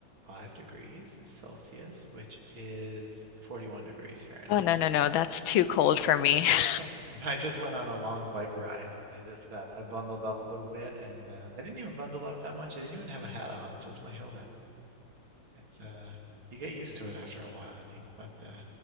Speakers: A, on the right (about 85°); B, on the left (about 85°).
A: 5 degrees Celsius, which is 41 degrees Fahrenheit.
B: Oh no, no, no, that's too cold for me. <laughs>
A: <laughs> And I just went on a long bike ride. I just uh, I bundled up a little bit and uh, I didn't even bundle up that much. I didn't even have a hat on, just my helmet. It's uh you get used to it after a while, I think. But uh,